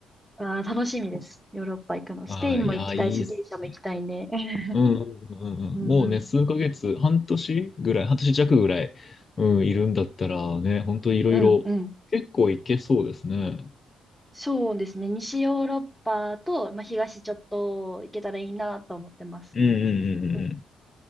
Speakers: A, in the centre; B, on the left.
A: あー、楽しみです。ヨーロッパ行くの。スペインも行きたいし、
B: はい、いや、いいっすね。
A: ギリシャも行きたいね。<laughs>
B: うん、うん、うん。
A: うんうん。
B: もうね、数ヶ月、半年ぐらい、半年弱ぐらい、うん、いるんだったらね、本当いろいろ結構いけそうですね。
A: うんうん。そうですね。西ヨーロッパと、まあ、東ちょっと行けたらいいなと思ってます。
B: うん、うん、うん、
A: うん
B: うん。